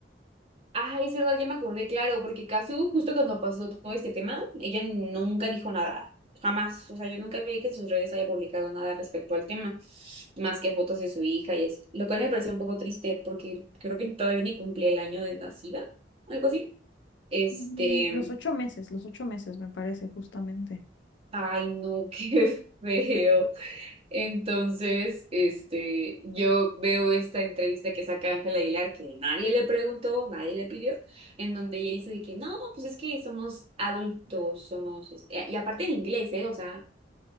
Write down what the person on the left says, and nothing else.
Sí, los ocho meses, los ocho meses me parece justamente.